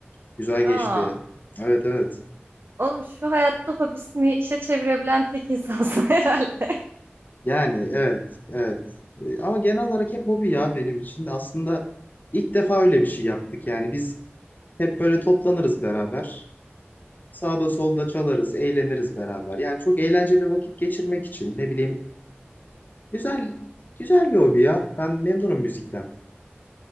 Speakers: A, on the left (about 45°); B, on the right (about 60°).
A: Güzel
B: Aa,
A: geçti. Evet evet.
B: oğlum şu hayatta hobisini işe çevirebilen tek insansın <laughs> herhalde.
A: Yani evet evet. E, Ama genel olarak hep hobi ya benim için. Aslında ilk defa öyle bir şey yaptık. Yani biz hep böyle toplanırız beraber. Sağda solda çalarız, eğleniriz beraber. Yani çok eğlenceli vakit geçirmek için ne bileyim. Güzel güzel bir hobi ya. Ben memnunum müzikten.